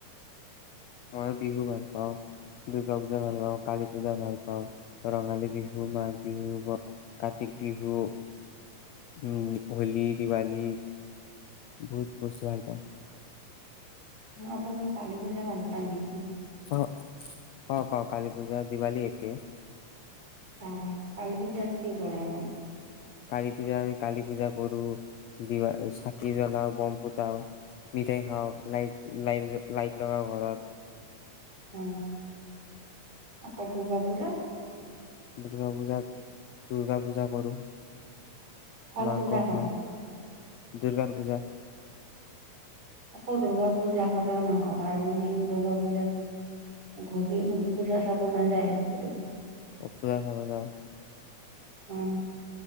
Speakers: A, on the left; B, on the right.
A: মই বিহু ভাল পাওঁ দুৰ্গা পূজা ভাল তাৰ পিছত ভইচতো বুজি পোৱা নাই কিবা ভাল পাওঁ ৰঙালী বিহু মাঘ বিহু কাতি বিহু উম হোলী দীৱালি বহুত। <unintelligible>
B: আপুনি কালী পূজা ভাল পায় নে?
A: অ পা পাওঁ কালি পূজা দিৱালী একে।
B: আহ কালী পূজাত কি কৰে আপোনী।
A: কালী পূজা আমি কালী পূজা কৰো। দিৱালী চাকি জ্বলাও বম পোতাও মিঠাই খাওঁ লাইট লাইট জ লাইট লগাও ঘৰত।
B: অ' আকৌ দুৰ্গা পূজা।
A: দুৰ্গা পূজাত দুৰ্গা পূজা কৰোঁ।
B: অকল
A: মাংস
B: পূজা কৰে।
A: খাওঁ দুৰ্গাৰ পূজা।
B: অকল দুূৰ্গা পূজা কৰাৰ মাংস হৰাবনি দূৰ্গা পূজাত ঘূৰি পূজা চাব নাযায়।
A: অকৰা খাব যাওঁ।
B: উ